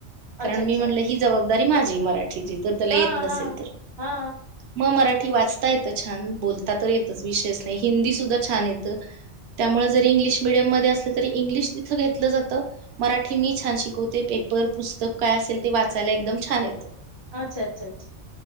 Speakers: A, on the right; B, on the right.
A: कारण
B: अच्छा अच्छा
A: मी म्हणलं ही जबाबदारी माझी मराठीची ज त्याला
B: हा
A: येत नसेल
B: हा
A: तर
B: हा
A: मग मराठी वाचता येतं छान बोलता तर येतच विशेच नाही हिंदी सुद्धा छान येतं त्यामुळे जरी इंग्लिश मिीडियम मध्ये असलं तरी इंग्लिश तिथं घेतलं जातं मराठी मी छान शिकवते पेपर पुस्तक काय असेल ते वाचायला एकदम छान आहेत
B: अच्छा अच्छा अच्छा